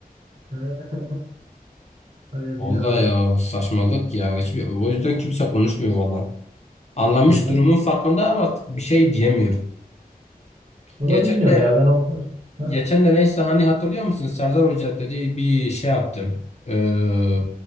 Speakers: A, on the right; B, on the left.
A: <laughs> Ay Emirhan.
B: Vallahi ya saçmalık ya. Hiçbir, o yüzden kimse konuşmuyor vallahi. Anlamış
A: Ha,
B: durumun farkında ama artık bir şey diyemiyor.
A: Bunu
B: Geçen
A: bilmiyorum
B: de
A: ya ben o... Ha,
B: Geçen de neyse hani hatırlıyor musun? Serdar Hoca dedi bir şey yaptı. Ee,